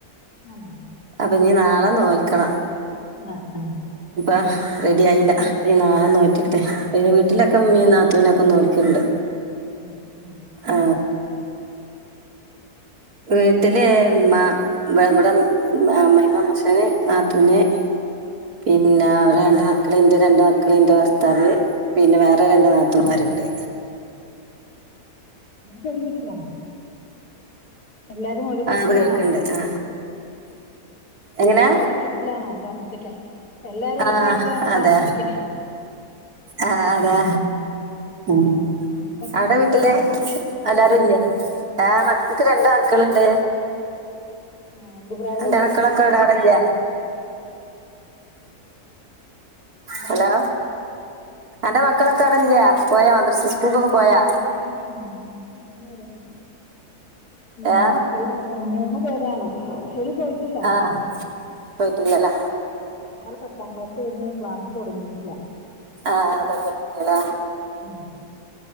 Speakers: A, on the left; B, on the right.
A: ആണോ
B: അപ്പൊ ഞ്ഞി നാളെ നോൽക്കണം
A: ആ ആ
B: ആ റെഡി ആയില്ല ഈ നാളെ നോറ്റിട്ട് പിന്നെ വീട്ടിലൊക്കെ
A: ആഹ്
B: മീ നാത്തൂനൊക്കെ നോ ക്ക്ണ്ട്
A: ഉണ്ട് ഉം.
B: ആ വീട്ടിലെ മ്മ ഇവിടെ ആ അമൈമാ, പക്ഷേ നാത്തൂന് പിന്നെ അവരെ രണ്ട് മക്കള്, ന്റെ രണ്ട്‌ മക്കള്, ന്റെ ഭർത്താവ് പിന്നെ വേറെ രണ്ട് നാത്തൂന്മാരുണ്ട്.
A: റ്റ് രു വീട്ടിലാ? എല്ലാരും ഒരു വീട്ടിലാണോ?
B: ആ അത് കേൾക്കുന്നുണ്ട് ആ എങ്ങനാ
A: എല്ലാരും ഒരു വീട്ടിലാണോ താമസിക്കൻ എല്ലാരും
B: ആ
A: ഒരു വീട്ടിലാണോ
B: അതെ
A: താമസിക്കണേ?
B: ആ
A: ആഹ്
B: അതെ.
A: ആഹ്
B: ഉം.
A: മക്കളൊക്കെ
B: അവിടെ
A: എന്ത്
B: വീട്ടില്
A: പ്രായായി
B: എല്ലാരും ഇല്ലേ? <unintelligible> ക്ക് രണ്ട് മക്കള്ണ്ട്.
A: ആഹ് എന്ത് പ്രായണ്ട്
B: അന്റെ മക്കളൊക്കെ വിടെ അവിടല്ലെ?
A: എന്താ?
B: ഹലോ. അന്റെ മക്കളൊക്കെ അവടല്ലേ പോയാ? മദ്രസ സ്കൂൾക്കൊക്കെ
A: ഇണ്ട്.
B: പോയാ
A: ഇല്ല, ഇല്ല, ഇല്ല ക്ക് മൂന്ന് പേരാണ് ഉം.
B: ഏ
A: മക്കള് മൂന്ന് പേരാണ് പോയിട്ടില്ല
B: ആ പോയിട്ടില്ലല്ലേ?
A: ഒരാൾ പത്താം ക്ലാസ് കഴിഞ്ഞ് ക്ലാസ് തൊടങ്ങിട്ടില്ല
B: ആ തൊടങ്ങീട്ടില്ലലേ
A: ആഹ്